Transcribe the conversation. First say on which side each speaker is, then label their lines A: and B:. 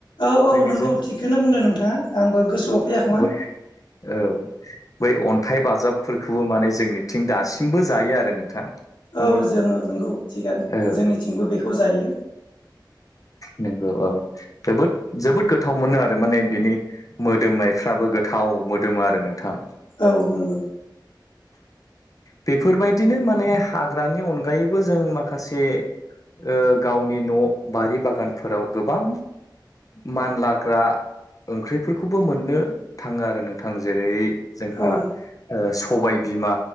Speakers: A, on the left; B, on the left.
A: औ औ
B: जोंनिजों
A: नोंगौ थिगखोनो बुंदों नोंथाङा। आंबो गोसोआव फैयाख
B: ब औ बै अन्थाइ बाजाबफोरखौबो माने जोंनिथिं दासिमबो जायो आरो नोंथां। माने
A: औ जोङो नंगौ थिगानो
B: औ ओ।
A: जोंनिथिंबो बेखौ जायो
B: नोंगौ औ। जोबोद जोबोद गोथाव मोनो आरो माने बिनि मोदोमनाय फ्राबो गोथाव मोदोमो आरो नोंथां।
A: औ नोंगौ।
B: बेफोरबायदिनो माने हाग्रानि अनगायैबो जों माखासे ओ गावनि न' बारि बागानफोराव गोबां मानलाग्रा ओंख्रिफोरखौबो मोननो थाङो आरो नोंथां। जेरै जोंहा
A: औ
B: ओ स सबाय बिमा